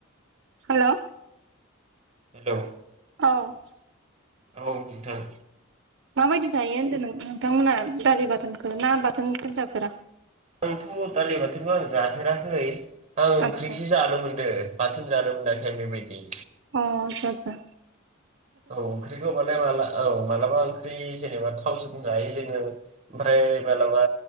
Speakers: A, on the right; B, on the right.
A: हेलौ
B: हेलौ
A: औ
B: औ नोंथां
A: माबायदि जायो होनदों नोंथांमोना दालि बाथोनखौ ना बाथोनखोनो जाफेरा?
B: आंथ दालि बाथोनखौ आं जफेराखै आं ओंख्रिसो
A: आदसा
B: जानो मोनदो बाथ थोनजानो मोनाखै आं बेबायदि
A: अ आतचा आतचा
B: औ ओंख्रिखौ माने माला औ मालाबा ओंख्रि बा थावजों जायो जोङो ओमफ्राय मालाबा